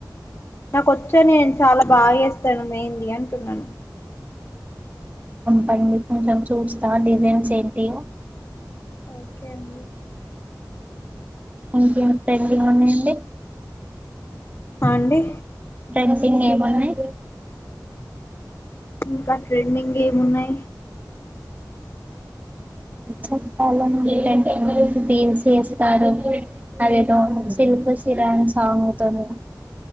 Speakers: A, on the left; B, on the right.
A: నాకొచ్చ నేను చాలా బాగా ఏస్తాను మెహంది అంటున్నను
B: పండి మీ కొంచెం చూస్తా డిజైన్స్ ఏంటియొ
A: ఓకే అండి
B: ఇంకేం పెండింగ్ ఉన్నాయంండి
A: అ అండి
B: డెన్సింగ్ ఏమున్నయ్
A: ఇంకా ట్రెండింగ్ ఏమున్నాయి
B: చెప్పాలండి రీల్స్ చేస్తారు అదేదో సిల్క్ సీర సాంగ్ తోనీ